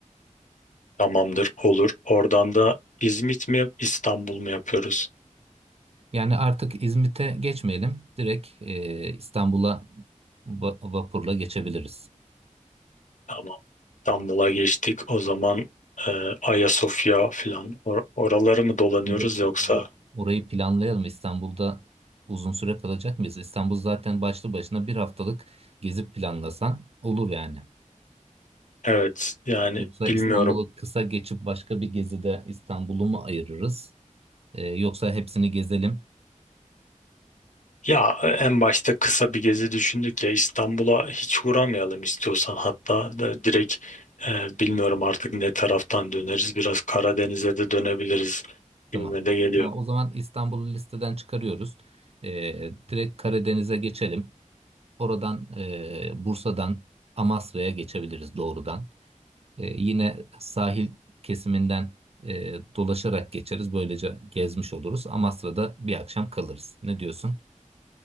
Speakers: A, on the left; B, on the right.
A: Tamamdır olur. Oradan da İzmit mi İstanbul mu yapıyoruz?
B: Yani artık İzmit'e geçmeyelim. Direkt e, İstanbul'a va- vapurla geçebiliriz.
A: Tamam. İstanbul'a geçtik. O zaman e, Ayasofya filan or- oraları mı dolanıyoruz
B: Şimdi
A: yoksa?
B: bura- Orayı planlayalım. İstanbul'da uzun süre kalacak mıyız? İstanbul zaten başlı başına bir haftalık gezip planlasan olur yani.
A: Evet yani
B: Yoksa İstanbul'u
A: bilmiyorum.
B: kısa geçip başka bir gezide İstanbul'u mu ayırırız? Ee, yoksa hepsini gezelim.
A: Ya e, en başta kısa bir gezi düşündük ya İstanbul'a hiç uğramayalım istiyorsan hatta da direkt e, bilmiyorum artık ne taraftan döneriz biraz Karadeniz'e de dönebiliriz
B: Tamam.
A: gibime de geliyor.
B: Ama o zaman İstanbul'u listeden çıkarıyoruz. Ee, direkt Karadeniz'e geçelim. Oradan e, Bursa'dan Amasra'ya geçebiliriz doğrudan. Ee, yine sahil kesiminden e, dolaşarak geçeriz. Böylece gezmiş oluruz. Amasra'da bir akşam kalırız. Ne diyorsun?